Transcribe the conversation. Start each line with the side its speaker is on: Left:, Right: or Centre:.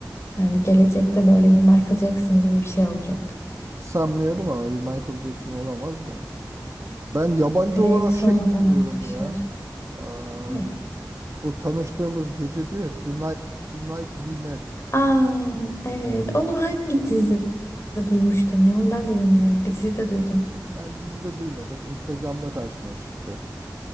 Left: yani gelecekte böyle bir Michael Jackson gibi bir şey olacak.
Right: Sanmıyorum ama bir Michael Jackson olamaz da. Ben yabancı
Left: Değeri
Right: olarak
Left: sonradan
Right: şey dinliyorum
Left: anlaşılır.
Right: ya. Aa,
Left: Ne?
Right: bu tanıştığımız gece diyor ya, The Night, The Night We Met.
Left: Aa evet onu hangi dizide duymuştum ya onu ben de dinliyorum. Bir dizide duydum.
Right: Ben dizide duymadım. Instagram'da karşıma çıktı.